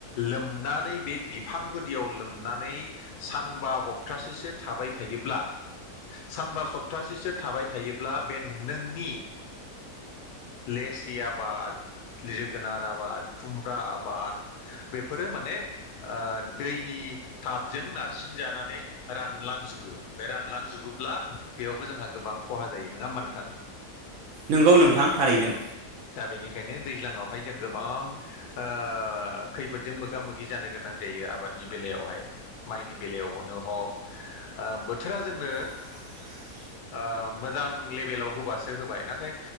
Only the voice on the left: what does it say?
लोमनानै बे बि बिफां गुदियाव लोमनानै सानबा हप्तासेसो थाबाय थायोब्ला सानबा सप्तासेसो थाबाय थायोब्ला बे नोंनि लेसि आबाद, जोगोनार आबाद, खुमब्रा आबाद बेफोरो माने ओ दैनि टाबजों नारसिन जानानै रानलां जोबो बे रानलांजोबोब्ला बेयावबो जोंहा गोबां खहा जायो नङा होमबा नोंथा?
दा बेनिखायनो दैज्लाङावहाय जों गोबां ओ खैफोदजों मोगा मोगि जानो गोनां जायो। आबादनि बेलायावहाय माइनि बेलायाव हनो हग ओ बोथोरा जोंनो
ओ मोजां लेभेलाव होबासो होबाय नाथाय